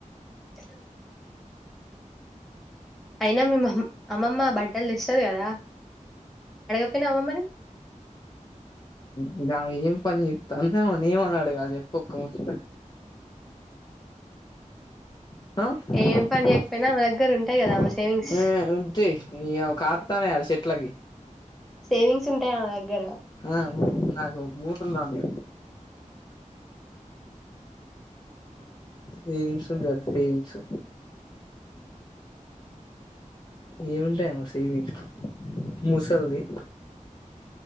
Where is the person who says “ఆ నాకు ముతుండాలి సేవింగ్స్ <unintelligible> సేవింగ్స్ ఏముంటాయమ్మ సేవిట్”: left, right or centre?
Left